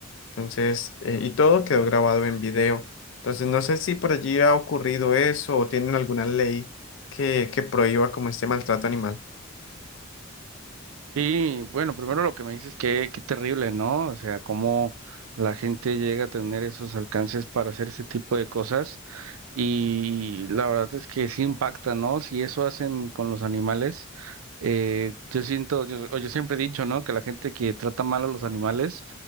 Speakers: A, on the left; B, on the right.
A: Entonces, eh, y todo quedó grabado en video. Entonces, no sé si por allí ha ocurrido eso o tienen alguna ley que, que prohíba como este maltrato animal.
B: Y bueno, primero lo que me dices que qué terrible, ¿no? O sea, cómo la gente llega a tener esos alcances para hacer ese tipo de cosas. Y la verdad es que sí impacta, ¿no? Si eso hacen con los animales, eh, yo siento, yo, o yo siempre he dicho, ¿no? Que la gente que trata mal a los animales,